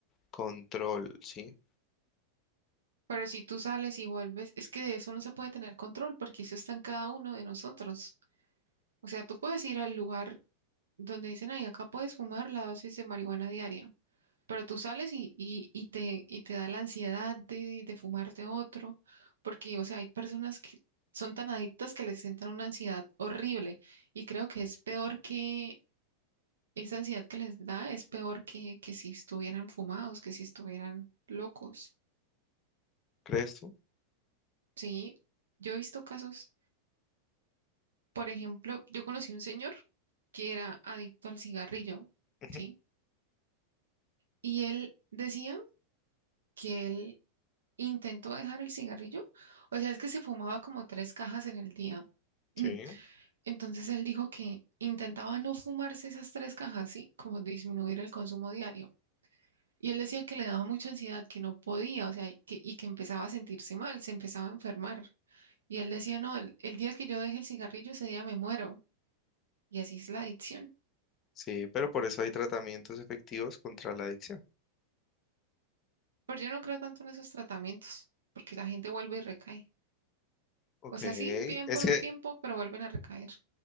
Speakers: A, on the left; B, on the right.
A: Control, ¿sí?
B: Pero si tú sales y vuelves, es que de eso no se puede tener control porque eso está en cada uno de nosotros. O sea, tú puedes ir al lugar donde dicen, ay, acá puedes fumar la dosis de marihuana diaria, pero tú sales y, y, y te, y te da la ansiedad de, de fumarte otro, porque, o sea, hay personas que son tan adictas que les entra una ansiedad horrible y creo que es peor que esa ansiedad que les da, es peor que, que si estuvieran fumados, que si estuvieran locos.
A: ¿Crees tú?
B: Sí, yo he visto casos. Por ejemplo, yo conocí un señor que era adicto al cigarrillo,
A: Ujú,
B: ¿sí? Y él decía que él intentó dejar el cigarrillo, o sea, es que se fumaba como tres cajas en el día.
A: Sí.
B: <clears throat> Entonces él dijo que intentaba no fumarse esas tres cajas, ¿sí? Como disminuir el consumo diario. Y él decía que le daba mucha ansiedad, que no podía, o sea, y que, y que empezaba a sentirse mal, se empezaba a enfermar. Y él decía, no, el, el día que yo deje el cigarrillo, ese día me muero. Y así es la adicción.
A: Sí, pero por eso hay tratamientos efectivos contra la adicción.
B: Pero yo no creo tanto en esos tratamientos, porque la gente vuelve y recae.
A: Ok,
B: O sea,
A: es
B: sí, bien por
A: que,
B: un tiempo, pero vuelven a recaer.